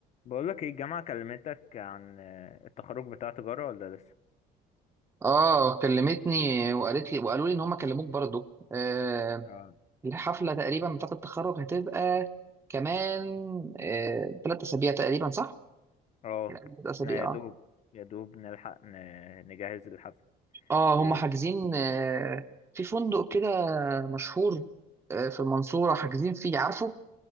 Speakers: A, on the left; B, on the right.
A: بقولك ايه الجامعة كلمتك عن آه، التخرج بتاع تجارة ولا لسه؟
B: اه كلمتني وقالت لي وقالوا لي ان هم كلموك برضو آه
A: اه
B: الحفله تقريبا بتاعه التخرج هتبقى كمان آه ثلاث اسابيع تقريبا صح؟
A: اه
B: ثلاث اسابيع
A: احنا يا دوب
B: اه
A: يا دوب نلحق ن- نجهز الحفل
B: اه
A: ال-
B: هم حاجزين آه في فندق كده مشهور آه في المنصوره حاجزين فيه عارفه؟